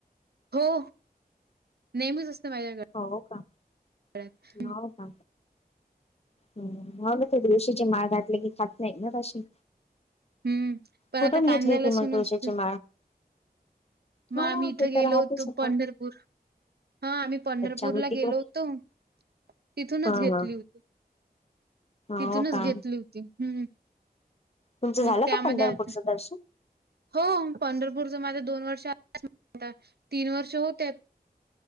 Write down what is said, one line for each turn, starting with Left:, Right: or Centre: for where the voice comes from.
Right: हो, नेहमीच असतं माझ्या गळ्यात
Left: हो का हो का हम्म, मग ते तुळशीची माळ घातले की खात नाहीत ना तशी.
Right: हम्म पण आता
Left: कुठून
Right: कांद्याला
Left: घेतली होती
Right: लसूण
Left: मग तुळशीची
Right: नसते.
Left: माळ?
Right: मग
Left: हो
Right: आम्ही इथं
Left: ते
Right: गेलो
Left: तर राहतेच
Right: होतो
Left: आता
Right: पंढरपूर. हा आम्ही पंढरपूरला
Left: अच्छा मी तिकडे
Right: गेलो होतो तिथूनच
Left: हा
Right: घेतली
Left: हा.
Right: होती. तिथूनच
Left: हो का
Right: घेतली होती हम्म.
Left: तुमचं झालं
Right: मग त्यामध्ये
Left: का पंढरपूरचं
Right: आता
Left: दर्शन.
Right: हो पंढरपूरच माझ्या दोन वर्ष आता तीन वर्ष होत.